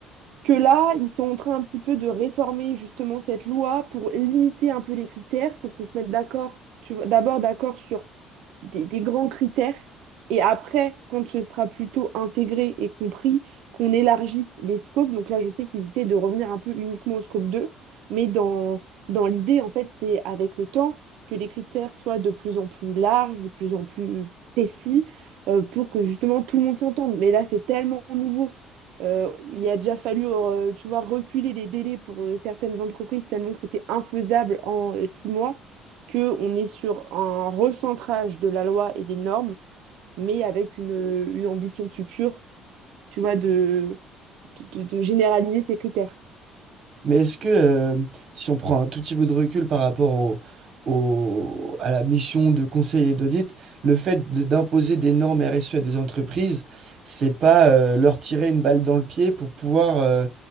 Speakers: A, on the right; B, on the right.
A: que là, ils sont en train un petit peu de réformer justement cette loi pour limiter un peu les critères, pour qu'on se mette d'accord, tu vois, d'abord d'accord sur des, des grands critères. Et après, quand ce sera plutôt intégré et compris, qu'on élargisse les scopes. Donc là, je sais qu'ils essaient de revenir un peu uniquement au scope 2 mais dans, dans l'idée, en fait, c'est avec le temps que les critères soient de plus en plus larges, de plus en plus précis, euh, pour que justement tout le monde s'entende. Mais là, c'est tellement nouveau. Euh, il a déjà fallu, euh, tu vois, reculer les délais pour euh, certaines entreprises tellement que c'était infaisable en euh, six mois qu'on est sur un recentrage de la loi et des normes, mais avec une, une ambition future, tu vois, de, de, de généraliser ces critères.
B: Mais est-ce que, euh, si on prend un tout petit peu de recul par rapport au, au- à la mission de conseiller d'audit, le fait de- d'imposer des normes RSE à des entreprises, c'est pas euh, leur tirer une balle dans le pied pour pouvoir euh,